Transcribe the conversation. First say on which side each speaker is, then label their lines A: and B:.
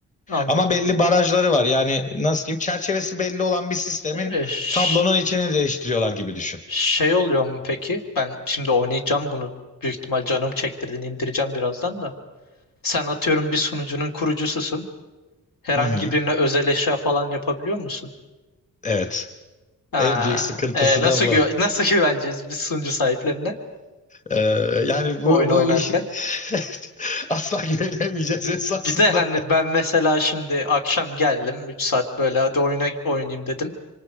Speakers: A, on the left; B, on the left.
A: anladım.
B: Ama belli barajları var. Yani nasıl diyeyim? Çerçevesi belli olan bir sistemin
A: E, ş-
B: tablonun içini değiştiriyorlar gibi düşün.
A: şey oluyor mu peki? Ben şimdi oynayacağım bunu. Büyük ihtimal canım çektirdin indireceğim birazdan da. Sen atıyorum bir sunucunun kurucususun. Herhangi
B: Hı hı.
A: birine özel eşya falan yapabiliyor musun?
B: Evet.
A: Ha,
B: En büyük sıkıntısı
A: e, nasıl
B: da bu.
A: güve- <laughs> nasıl güveneceğiz biz sunucu sahiplerine
B: Ee, yani bu
A: oyun oynarken?
B: bu iş <laughs> asla güvenemeyeceğiz esasında.
A: Bir de hani ben mesela şimdi akşam geldim 3 saat böyle hadi oyuna oynayayım dedim.